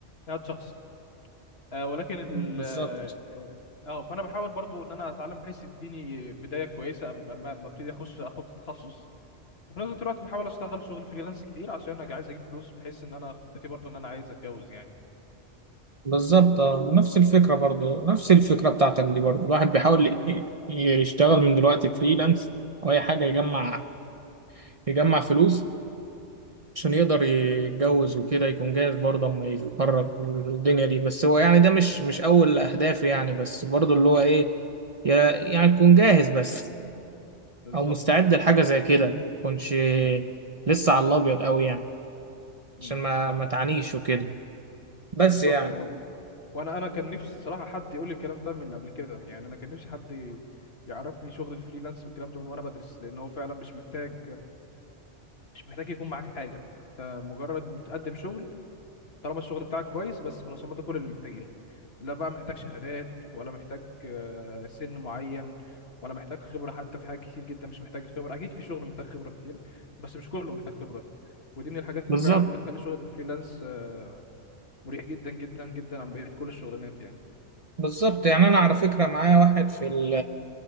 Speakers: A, on the left; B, on the right.
A: ذات شخص آه، ولكن ال
B: بالظبط
A: اه آه، فانا بحاول برضو ان انا اتعلم بحيث يديني بدايه كويسه قبل ما ما ابتدي اخش اخد التخصص وفي نفس الوقت بحاول اشتغل شغل فريلانس كتير عشان انا عايز اجيب فلوس بحيث ان انا خطتي برضو ان انا عايز اتجوز يعني
B: بالظبط اه ونفس الفكرة برضو نفس الفكرة بتاعتك دي برضو الواحد بيحاول ي- يشتغل من دلوقتي فريلانس أو أي حاجة يجمع يجمع فلوس عشان يقدر يتجوز وكده يكون جاهز برضه اما يتخرج والدنيا دي بس هو يعني ده مش مش اول اهداف يعني بس برضه اللي هو ايه يا- يعني تكون جاهز بس
A: بالظبط
B: او مستعد
A: بالظبط
B: لحاجه
A: فاهم
B: زي كده ما تكونش
A: مم.
B: لسه على الابيض قوي يعني
A: مم.
B: عشان ما
A: فاهم
B: ما تعانيش وكده بس
A: بالظبط
B: يعني
A: والله وانا انا كان نفسي صراحه حد يقول لي الكلام ده من قبل كده يعني انا كان نفسي حد يعرفني شغل الفريلانس والكلام ده من وانا بدرس لان هو فعلا مش محتاج مش محتاج يكون معاك حاجه انت مجرد بتقدم شغل طالما الشغل بتاعك كويس بس خلاص هم ده كل اللي محتاجينه لا بقى محتاج شهادات ولا محتاج آه، سن معين ولا محتاج خبرة حتى في حاجات كتير جدا مش محتاج خبرة أكيد في شغل محتاج خبرة كتير بس مش كله محتاج خبرة ودي من الحاجات اللي
B: بالظبط
A: فعلا بتخلي شغل الفريلانس آه، مريح جدا جدا جدا عن بقية كل الشغلانات يعني
B: بالظبط يعني انا على فكره معايا واحد في ال...